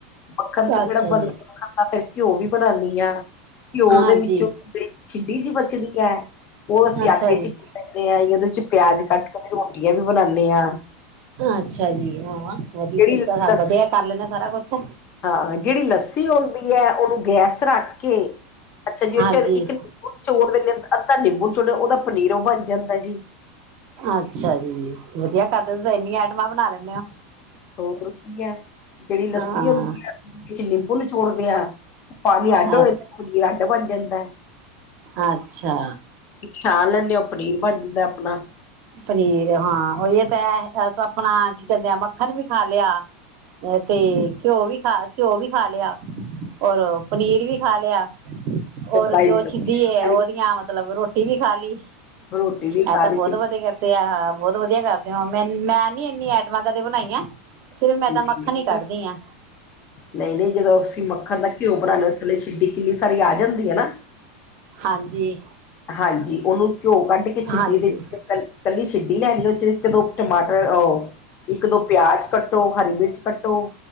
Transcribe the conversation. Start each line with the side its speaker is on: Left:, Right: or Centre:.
Left: ਮੱਖਣ ਤੇ
Right: ਅੱਛਾ
Left: ਜੇੜਾ ਬਣ
Right: ਜੀ
Left: ਮੱਖਣ ਤਾਂ ਫੇਰ ਘਿਓ ਵੀ ਬਣਾਣੀ ਆਂ। ਘਿਓ
Right: ਹਾਂਜੀ।
Left: ਦੇ ਵਿੱਚੋਂ ਜੇੜੀ ਛਿੱਡੀ ਜਿ ਬਚਦੀ ਐ ਓਹ ਅਸੀਂ
Right: ਅੱਛਾ
Left: ਆਟੇ
Right: ਜੀ,
Left: ਚ ਕਰਦੇ ਆਂ, ਓਹਦੇ ਚ ਪਿਆਜ ਕੱਟ ਕੇ ਰੋਟੀਆਂ ਵੀ ਬਣਾਣੇ ਆਂ।
Right: ਅੱਛਾ ਜੀ, ਹਾਂ ਵਧੀ
Left: ਜਿਹੜੀ
Right: ਤੁਸੀ ਤਾਂ ਸਾ
Left: ਲੱਸੀ
Right: ਵਧੀਆ ਕਰ ਲੈਣੇ ਸਾਰਾ ਕੁਛ।
Left: ਹਾਂ, ਜੇੜੀ ਲੱਸੀ ਓੰਦੀ ਐ ਓਹਨੂੰ ਗੈਸ ਚ ਰੱਖ ਕੇ ਅੱਛਾ ਜੀ, ਓਹ
Right: ਹਾਂਜੀ,
Left: ਚਰ ਇੱਕ ਨਿੰਬੂ ਚੋੜ ਦਿਣੇ ਆਂ। ਅੱਧਾ ਨਿੰਬੂ ਨਿਚੋੜ ਓਹਦਾ ਪਨੀਰੋ ਬਣ ਜਾਂਦੈ ਜੀ।
Right: ਅੱਛਾ ਜੀ, ਵਧੀਆ ਕਰਦੇ ਓ ਤੁਸੀਂ ਤਾਂ ਇੰਨੀ ਆਈਟਮਾਂ ਬਣਾ ਲੈਣੇ ਓ।
Left: ਸੋਕ ਰੂਕੀ ਐ ਜੇੜੀ ਲੱਸੀ
Right: ਹਾਂ,
Left: ਹੁੰਦੀ ਐ ਓਹਦੇ ਚ ਨਿੰਬੂ ਨਿਚੋੜਦੇ ਐ। ਪਾਣੀ ਅੱਡ ਹੋ
Right: ਅੱਛਾ,
Left: ਜਾਂ ਪਨੀਰ ਅੱਡ ਬਣ ਜਾਂਦੈ।
Right: ਅੱਛਾ।
Left: ਖਾ ਲੈਂਦੇ ਓ, ਪਣੀਰ ਬਣ ਜਾਂਦੈ ਅਪਣਾ।
Right: ਪਨੀਰ ਹਾਂ ਓਹੀਓ ਤੇ ਐ ਤੂੰ ਅਪਣਾ ਕੀ ਕੈੰਦੇ ਆ ਮੱਖਣ ਵੀ ਖਾ ਲਿਆ। ਐਤੇ ਘਿਓ ਵੀ ਖਾ ਘਿਓ ਵੀ ਖਾ ਲਿਆ। ਔਰ ਓ ਪਨੀਰ ਵੀ ਖਾ ਲਿਆ। ਔਰ
Left: ਫਰਾਈ
Right: ਜੋ
Left: ਸਬਜ਼ੀ
Right: ਛਿਡੀ
Left: ਵੀ
Right: ਏ
Left: ਖਾ
Right: ਓਹਦੀਆਂ
Left: ਲਈ,
Right: ਮਤਲਬ ਰੋਟ ਟੀ ਵੀ ਖਾ ਲੀ।
Left: ਰੋਟੀ ਵੀ
Right: ਐ
Left: ਖਾ
Right: ਤਾਂ ਬੌਤ
Left: ਲਈ ਕਿੰਨੀ
Right: ਵਧੀਐ। ਤੇ ਆਹ ਹਾ ਬੌਤ ਵਧੀਆ ਕਰਦੇ ਹਾਂ। ਮੈਂਨ ਮੈਂ ਨੀ ਇੰਨੀ ਆਈਟਮਾਂ ਕਦੇ ਬਣਾਈਆਂ। ਸਿਰਫ ਮੈਂ
Left: <unintelligible>
Right: ਤਾਂ ਮੱਖਣ
Left: ਮਿਲਗੀ।
Right: ਹੀ ਕੱਢਦੀ ਹਾਂ
Left: ਨਹੀਂ ਨਹੀਂ, ਜਦੋਂ ਅਸੀਂ ਮੱਖਣ ਦਾ ਘਿਓ ਬਣਾਣੇ ਆਂ ਥੱਲੇ ਛਿੱਡੀ ਕਿੰਨੀ ਸਾਰੀ ਆ ਜਾਂਦੀ ਐ ਨਾ।
Right: ਹਾਂਜੀ।
Left: ਹਾਂਜੀ ਓਨੂੰ ਘਿਓ ਕੱਢ ਕੇ ਛਿੱਡੀ
Right: ਹਾਂਜੀ।
Left: ਦੇ ਵਿੱਚ ਕੱਲੀ ਛਿੱਡੀ ਲੈ ਲੀਓ ਇੱਕ ਦੋ ਟਮਾਟਰ ਓ, ਇੱਕ ਦੋ ਪਿਆਜ ਕੱਟੋ ਹਰੀ ਮਿਰਚ ਕੱਟੋ